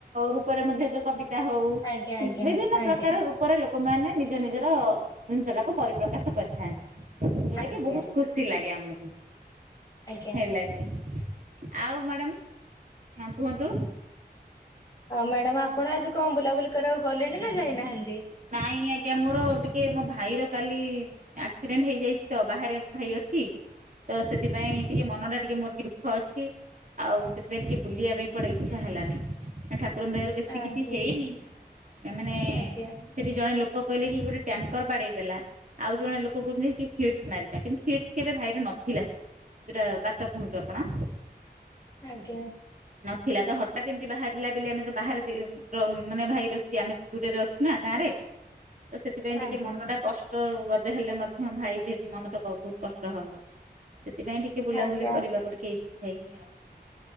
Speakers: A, on the right; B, on the left.
A: ରୂପରେ ମଧ୍ୟ ଯୋଉ କବି ହଉ
B: ଆଜ୍ଞା ଆଜ୍ଞା
A: ବିଭିନ୍ନ
B: ଆଜ୍ଞା
A: ପ୍ରକାର ରୂପରେ ଲୋକ ଲୋକମାନେ ନିଜ ନିଜର ଜିନିଷ ଟାକୁ ପରିପ୍ରକାଶ କରିଥାନ୍ତି। ଯଉଟା
B: ଆଜ୍ଞା
A: କି ବହୁତ ଖୁସି ଲାଗେ ଆମକୁ
B: ଆଜ୍ଞା
A: ହେଲା କି ଆଉ ମ୍ୟାଡାମ ହ କୁହନ୍ତୁ।
B: ଆଉ ମ୍ୟାଡାମ ଆପଣ ଆଜି କଣ ବୁଲା ବୁଲିିକ ଆଉ ଗଲେଣି ନା ଯାଇନାହାନ୍ତି?
A: ନାଇଁ ଆଜ୍ଞା ମୋର ଟିକେ ମୋ ଭାଇର କାଲି ଆକ୍ସିଡେଣ୍ଟ ହେଇଯାଇଛି ତ ବାହାରେ ଭାଇ ଅଛି ତ ସେଥିପାଇଁ ମୋର ଟିକେ ଦୁଃଖ ଅଛି ଆଉ ସେଥିପାଇଁ ଟିକେ ବୁଲିବା ପାଇଁ କୁଆଡେ ଇଛା ହେଲାନି ନାଠା ଠାକୁରଙ୍କ ଦୟାରୁ ବେଶୀ
B: ଆଜ୍ଞା
A: କିଛି ହେଇନି ଏମାନେ
B: ଆଜ୍ଞା
A: ଜଣେ ଲୋକ କହିଲେ କି ଗୋଟେ ଟ୍ୟାଙ୍କର ବାଡେଇ ଦେଲା ଆଉ ଜଣେ ଲୋକ କହୁଥିଲେ କି ଫିଡ୍ସ୍ ମାରିଲା କିନ୍ତୁ ଫିଡ୍ସ୍ କେବେ ଭାଇରେ ନଥିଲା ସେଇଟା ଯୋଉଟା ବାତ କୁହନ୍ତୁ ଆପଣ।
B: ଆଜ୍ଞା
A: ନଥିଲା ତ ହଠାତ୍ ଏମତି ବାହାରିଲା ବୋଲି ଆମେ ତ ବାହାରେ ମାନେ ଭାଇ ର ଅଛି ଆମେ ତ ଦୂରରେ ଅଛୁ ନା ଗାଁରେ। ତ ସେଥିପାଇଁ ଟିକେ
B: ଆଜ୍ଞା
A: ମନ ଟା କଷ୍ଟ ରଜ ହେଲେ ମଧ୍ୟ ଭାଇ ଯେହେତୁ ମନ ତ ବହୁତ କଷ୍ଟ ହବ। ସେଥିପାଇଁ ଟିକେ ବୁଲାବୁଲି
B: ଆଜ୍ଞା
A: କରିବାକୁି ଟିକେ ଇ ହେଇନି ଆଉ।